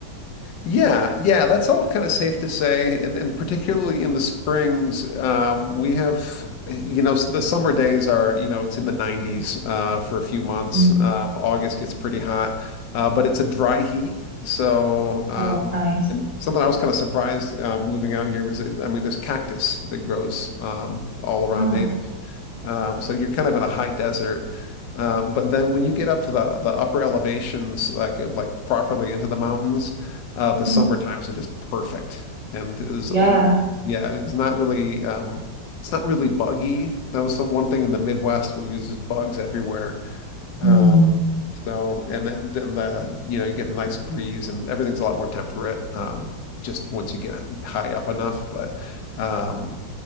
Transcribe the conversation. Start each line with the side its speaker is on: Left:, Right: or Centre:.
Left: Yeah, yeah, that's all kind of safe to say, and and particularly in the springs, um, we have, you know, the summer days are, you know, it's in the 90s uh, for a few months.
Right: Mm.
Left: Um, August gets pretty hot, uh, but it's a dry heat. So, um,
Right: Oh, nice.
Left: and something I was kind of surprised uh, moving out here was, that, I mean, there's cactus that grows um, all around
Right: Oh,
Left: native. Um, so you're kind of in a high desert. Um, but then when you get up to the the upper elevations, like uh, like properly into the mountains, uh, the
Right: mhm.
Left: summer times are just perfect. And there's,
Right: yeah.
Left: l- yeah, it's not really um, it's not really buggy. That was some one thing in the Midwest where it was just bugs everywhere. Um,
Right: Mm,
Left: so, and then then the you know you get a nice breeze and everything's a lot more temperate. Um, just once you get high up enough, but um,